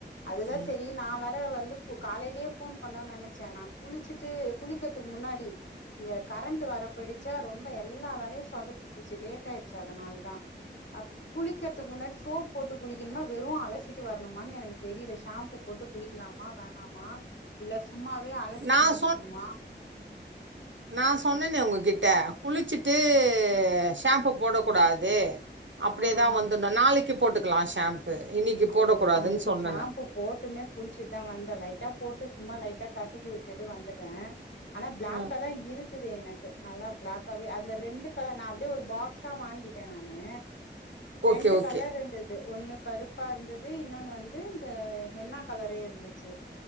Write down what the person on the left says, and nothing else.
அதுதா
செரி நா வேற வந்து கு காலையிலயே ஃபோன் பண்ணனு நெனைச்சே நா குளிச்சுட்டு குளிக்கிறதுக்கு முன்னாடி இங்க கரண்ட் வர போயிடுச்சா ரொம்ப எல்லா வேலையு சொதப்பிடுச்சு லேட் ஆயிடுச்சு அதனால தா அப்ப குளிக்கிறதுக்கு முன்னாடிஸ் சோப் போட்டு குளிக்கணுமா வெறு அலசிட்டு வரணுமான்னு எனக்கு தெரியல ஷாம்பு போட்டு குளிக்கலாமா வேணாமா இல்ல சும்மாவே அலசிட்டு
வந்தர்ணுமா
ஆ ஆ
ஐயோ
நா இன்னைக்கு
ஷாம்பு போட்டுமே குளிச்சுட்டுதா வந்தே லைட்டா போட்டு சும்மா லைட்டா கசக்கி விட்டுட்டு வந்துட்டே ஆனா பிளாக்கா
தா இருக்குது எனக்கு நல்லா பிளாகக்காவே அதுல ரெண்டு கலர் நா அப்டியே ஒரு பாக்ஸ் பா வாங்கிட்டே நானு ரெண்டு
கலர் இருந்தது ஒன்னு கருப் பா இருந்தது இன்னொன்னு வந்து இந்த ஹென்னா கலரே இருந்துச்சு